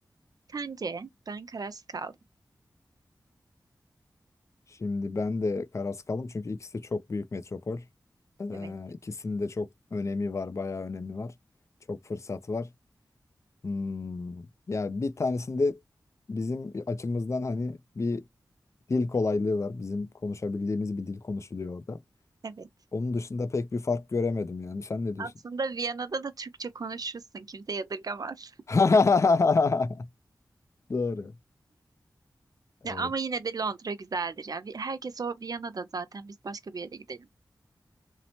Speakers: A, on the right; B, on the left.
A: Sence? Ben kararsız kaldım.
B: Şimdi ben de kararsız kaldım çünkü ikisi de çok büyük metropol. Ee,
A: Evet.
B: ikisinde çok önemi var, bayağı önemi var. Çok fırsat var. Hmm. Ya bir tanesinde bizim açımızdan hani bir dil kolaylığı var. Bizim konuşabildiğimiz bir dil konuşuluyor orada.
A: Evet.
B: Onun dışında pek bir fark göremedim yani. Sen ne diyorsun?
A: Aslında Viyana'da da Türkçe konuşursun. Kimse yadırgamaz.
B: <laughs>
A: <laughs>
B: Doğru. Evet.
A: Ya ama yine de Londra güzeldir ya. Vi- Herkes o Viyana'da zaten. Biz başka bir yere gidelim.